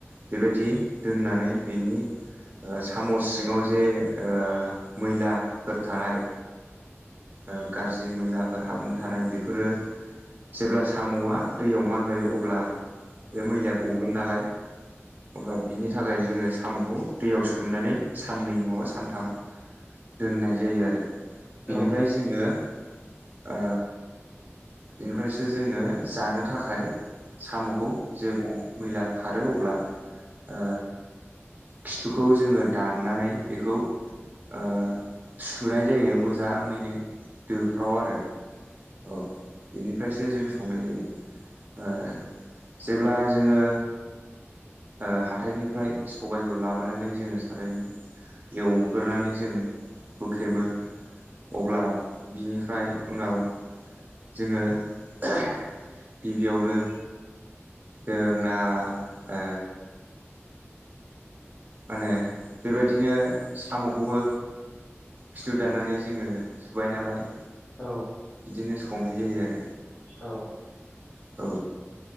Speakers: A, on the right; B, on the left.
A: बेबायदि दोननानै बेनि <unintelligible> ओ साम' सिङाव जे ओ मैलाफोर थानाय ओ गाज्रि मैलाफोर हाबनो थानाय बेफोरो जेब्ला साम'आ दैयाव मानबाय अब्ला। बे मैलाया गगोन नालाय अब्ला बिनि बेनि थाखाय जोङो साम'खौ दैयाव सोमनानै साननै नङाबा सानथाम दोननाय जायो आरो। बिनिफ्राय
B: औ।
A: जोङो ओ बेनिफ्रायसो जोङो जानो थाखाय साम'खौ जेब्ला मैला खारो अब्ला ओ खिथुखौ जोङो दाननानै बेखौ ओ सुनाय जायो मोजां मोजाङैनो दोफ्राव आरो अ बिनि निफ्रायसो जों संनाय जायो ओ जेब्ला जोङो ओ हाथायनिफ्राय सबाय खौ लाबोनानै जोङो सारायनियाव एवग्रोनानै जों हुख्रेमो अब्ला बिनिफ्राय उनाव जोङो गिबियावनो जोंना ओ मानो बेबायदिनो साम' खौबो खिथु दाननानै जोङो सुबाय नालाय
B: औ
A: बिदिनो संनाय जायो आरो
B: औ
A: औ